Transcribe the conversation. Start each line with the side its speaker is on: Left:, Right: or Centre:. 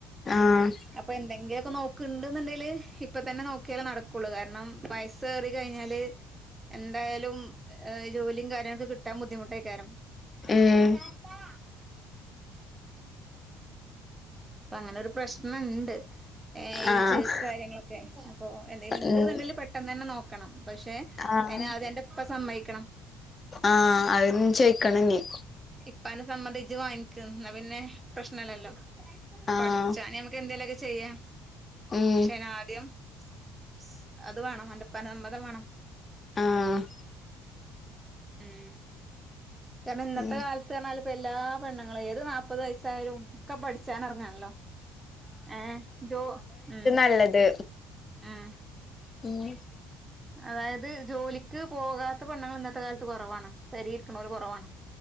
Left: ആഹ്
Right: അപ്പൊ എന്തെങ്കിലൊക്കെ നോക് നോക്ക്ണ്ട് ന്ന്ണ്ടേല് ഇപ്പതന്നെ നോക്കിയാലേ നടക്കുള്ളൂ കാരണം വയസ് ഏറി കഴിഞ്ഞാല് എന്തായാലും ഏ ജോലിം കാര്യങ്ങളൊക്കെ കിട്ടാൻ ബുദ്ധിമുട്ടായി കാരം
Left: ഉം
Right: ഇത്താത്താ ഇപ്പ അങ്ങനെ ഒരു പ്രശ്നണ്ട് ഏയ്ജ്
Left: ആഹ്
Right: കാര്യങ്ങളൊക്കെ അപ്പൊ എന്തേലും ഉണ്ടുന്നുണ്ടെങ്കില്
Left: ഉം
Right: പെട്ടെന്ന് തന്നെ നോക്കണം. പക്ഷെ
Left: ആഹ്
Right: അയ്ന് ആദ്യം അന്റെപ്പ സമ്മയിക്കണം.
Left: ആ അതും ച്ചോയ്ക്കണം ഞ്ഞി
Right: ഇപ്പാന്റെ സമ്മതം ജ്ജ് വാങ്ങിക്ക്‌ ന്നാപിന്നെ പ്രശ്നല്ലല്ലോ.
Left: ആഹ്
Right: പട്ച്ചാ നമുക്ക് എന്തേലുക്കെ ചെയ്യാം
Left: ഉം
Right: പക്ഷെ അയ്ന് ആദ്യം സ്‌ ത് വേണം അന്റെപ്പാന്റെ സമ്മതം വേണം.
Left: ആഹ്
Right: ഉം കാരണം, ഇന്നത്തെ
Left: ഉം
Right: കാല ത്ത് ർഞ്ഞാല് പ്പ എല്ലാ പെണ്ണങ്ങളേയും ഏത് നാപ്പത് വയസ്സായാലും ക്കെപഠിച്ചാന് എറങ്ങാണല്ലോ. ഏ ജോ ഉം
Left: നല്ലെത്
Right: ആഹ്
Left: പിന്നെ
Right: അതായത് ജോലിക്ക് പോകാത്ത പെണ്ണുങ്ങള് ഇന്നത്തെ കാലത്ത് കൊറവാണ്. പെരിയിരിക്കണോര് കൊറവാണ്.